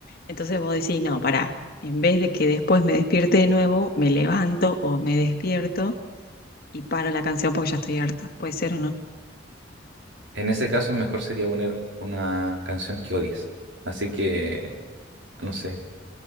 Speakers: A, on the left; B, on the right.
A: Entonces vos decís, no, pará, en vez de que después me despierte de nuevo, me levanto o me despierto y paro la canción porque ya estoy harta. Puede ser o no.
B: En ese caso, mejor sería poner una canción que odies. Así que, no sé.